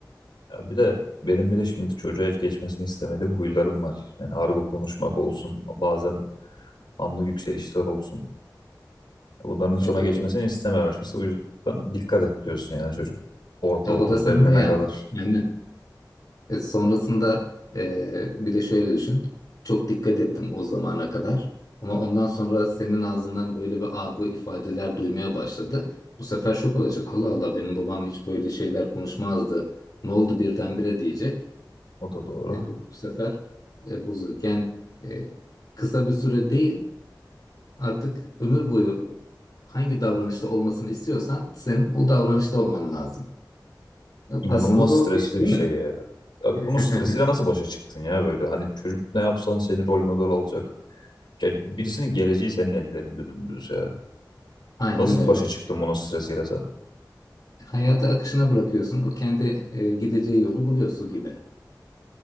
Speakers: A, on the left (about 85°); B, on the left (about 55°).
A: Ya bir de benim bir de şimdi çocuğa hiç geçmesini istemediğim huylarım var. Yani argo konuşmak olsun, bazen anlık yükselişler olsun. Bunların hiç
B: Evet
A: ona
B: o,
A: geçmesini
B: da-
A: istemiyor açıkçası. O yüzden dikkat et diyorsun yani çocuk. Ortaokul
B: e, o da sende
A: devrine
B: yani.
A: kadar.
B: Aynen. E, sonrasında e, bir de şöyle düşün. Çok dikkat ettim o zamana kadar. Ama ondan sonra senin ağzından böyle bir argo ifadeler duymaya başladı. Bu sefer şok olacak. Allah Allah benim babam hiç böyle şeyler konuşmazdı. Ne oldu birdenbire diyecek.
A: O da doğru.
B: E, bu sefer e, bozacak. Yani e, kısa bir süre değil artık ömür boyu hangi davranışta olmasını istiyorsan senin o davranışta olman lazım.
A: İnanılmaz
B: Aslında zor
A: stresli
B: bir iş değil
A: bir şey
B: mi?
A: ya. Abi bunun
B: <laughs>
A: stresiyle nasıl başa çıktın ya böyle? Hani çocuk ne yapsan seni rol model alacak. Ya birisinin geleceği senin ellerinde dümdüz ya.
B: Aynen
A: Nasıl
B: öyle.
A: başa çıktın bunun stresiyle sen?
B: Hayata akışına bırakıyorsun. O kendi e, gideceği yolu buluyor su gibi.